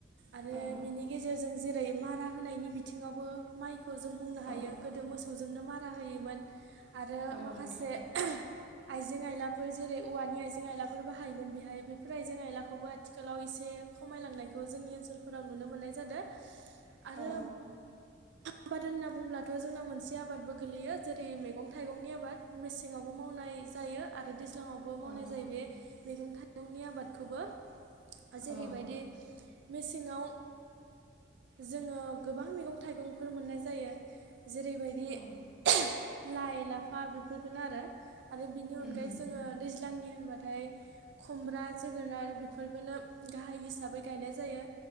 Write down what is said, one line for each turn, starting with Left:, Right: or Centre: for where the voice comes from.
Right: आरो
Centre: औ
Right: बिनि गेजेरजों जेरै मारा होनायनि बिथिङावबो माइखौ जों बुंनो
Centre: औ
Right: हायो गोदो मोसौ मोसौजोंनो मारा होयोमोन आरो
Centre: औ
Right: माखासे
Centre: नोंथां
Right: आइजें आइलाफोर जेरै औवानि आइजें आइलाफोर बाहायोमोन बेहाय बेफोर आइजें आइलाखौबो आथिखालाव एसे खमायलांनायखौ जोंनि ओनसोलफोराव नुनो मोननाय जादों आरो
Centre: औ
Right: आबाद होनना बुंब्लाथ' जोंना मोनसे आबादबो गोलैयो जेरै मैगं थाइगंनि आबाद मेसेङावबो मावनाय जायो आरो दैज्लाङावबो मावनाय
Centre: ओं
Right: जायो बे मैगं थाइ मैगुंनि आबादखौबो जेरैबायदि
Centre: औ
Right: मेसेङाव जोङो गोबां मैगं थाइगंफोर मोननाय जायो जेरैबायदि
Centre: औ
Right: बि लाइ लाफा बिफोरखोनो आरो। आरो बिनि अनगायै
Centre: उम
Right: जोङो दैज्लांनि होनबाथाय खुमब्रा, जोगोनार बेफोरखोनो गाहाय हिसाबै गायनाय जायो।